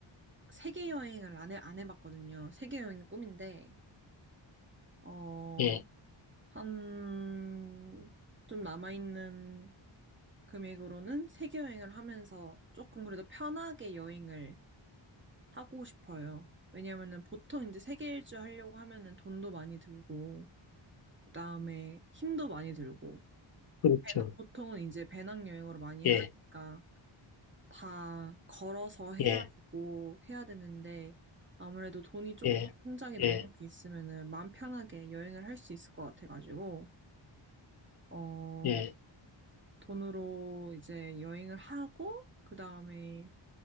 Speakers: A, on the right; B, on the left.
A: 세계 여행을 안 해, 안 해봤거든요. 세계 여행이 꿈인데, 어,
B: 예,
A: 한, 좀 남아있는 금액으로는 세계 여행을 하면서 조금 그래도 편하게 여행을 하고 싶어요. 왜냐면은 보통 이제 세계 일주 하려고 하면은 돈도 많이 들고, 그다음에 힘도 많이 들고,
B: 그렇죠.
A: 배낭- 보통은 이제 배낭여행으로 많이
B: 예,
A: 하니까 다 걸어서 해야
B: 예,
A: 되고 해야 되는데 아무래도 돈이 조금
B: 예,
A: 통장에 넉넉히
B: 예,
A: 있으면은 마음 편하게 여행을 할 수 있을 것 같아가지고, 어,
B: 예,
A: 돈으로 이제 여행을 하고, 그다음에